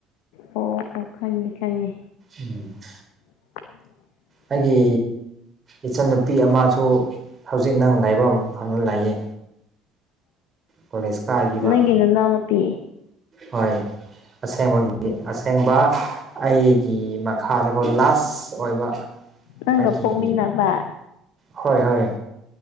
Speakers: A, on the left; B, on the right.
A: ꯑꯣ ꯑꯣ ꯈꯪꯉꯦ ꯈꯪꯉꯦ
B: ꯎꯝ <inaudible>
A: <inaudible>
B: ꯑꯩꯒꯤ ꯏꯆꯥꯟꯅꯨꯄꯤ ꯑꯃꯁꯨ ꯍꯧꯖꯤꯛ ꯅꯪꯅ ꯂꯩꯕ ꯃꯐꯝꯗ ꯂꯩꯌꯦ ꯀꯣꯂꯦꯖ ꯀꯥꯈꯤꯕ
A: ꯅꯪꯒꯤ ꯅꯅꯥꯎꯅꯨꯄꯤ
B: ꯍꯣꯏ ꯑꯁꯦꯡꯕꯒꯤꯗꯤ ꯑꯁꯦꯡ ꯑꯁꯦꯡꯕ ꯑꯩꯒꯤ ꯃꯈꯥꯗꯀꯣ ꯂꯥꯁ ꯑꯣꯏꯕ
A: ꯅꯪꯒ
B: ꯕꯒꯤ
A: ꯄꯣꯛꯃꯤꯟꯅꯕ
B: ꯍꯣꯏ ꯍꯣꯏ